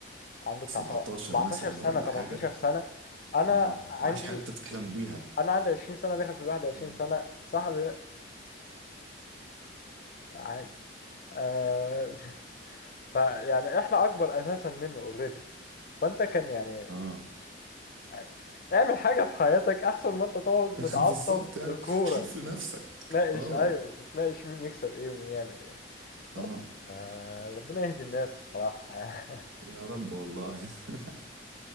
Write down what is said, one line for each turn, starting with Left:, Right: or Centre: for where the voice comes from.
Left: عنده
Right: 17
Left: بتاع سبعة- 17
Right: مثلا
Left: سنه
Right: ولا
Left: 18
Right: حاجة
Left: سنه انا
Right: اه
Left: عندي
Right: وعايش حياتك تحلم بيها
Left: انا عندي 20 سنه داخل في 21
Right: اه
Left: سنه صاحبي ده عادي آه فيعني احنا اكبر اساسا منه اوريدي فانت كان يعني
Right: اه
Left: يعني اعمل حاجه في حياتك احسن ما انت تقعد متعصب
Right: <laughs> بالظبط يعني
Left: لكوره
Right: شوف لنفسك
Left: وتناقش
Right: اه
Left: ايوه بتناقش مين يكسب ايه ومين يعمل ايه بس
Right: اه
Left: آه ربنا يهدي الناس الصراحه <laughs> يعني
Right: يا رب والله <laughs>